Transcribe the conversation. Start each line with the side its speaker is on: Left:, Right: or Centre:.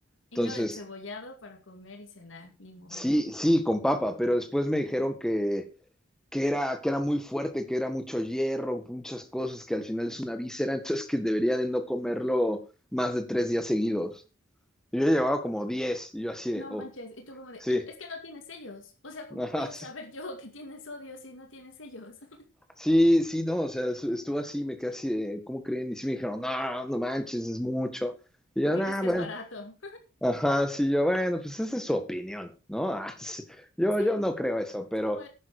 Left: Hígado
Centre: Entonces,
Left: encebollado para comer y cenar, ni modo.
Centre: sí, sí, con papa, pero después me dijeron que que era, que era muy fuerte, que era mucho hierro, muchas cosas, que al final es una víscera, <laughs> entonces que debería de no comerlo más de tres días seguidos. Yo llevaba como 10 y yo así de,
Left: No
Centre: oh,
Left: manches, y tú como de,
Centre: sí,
Left: "Hijo, es que no tienes sellos. O sea, ¿cómo
Centre: <laughs> ajá,
Left: voy
Centre: sí,
Left: a saber yo que tienes sodio si no tienes sellos? <laughs>
Centre: sí, sí, no, o sea, estu- estuvo así, me quedé así de, ¿cómo creen? Y sí me dijeron, no, no manches, es mucho. Y
Left: ¿Por
Centre: yo,
Left: qué
Centre: ah,
Left: crees que
Centre: bueno,
Left: es barato?
Centre: ajá, sí, yo, bueno, pues esa es su opinión, ¿no? <laughs> Ah, sí.
Left: <laughs>
Centre: Yo,
Left: Sí,
Centre: yo no creo eso, pero
Left: es como,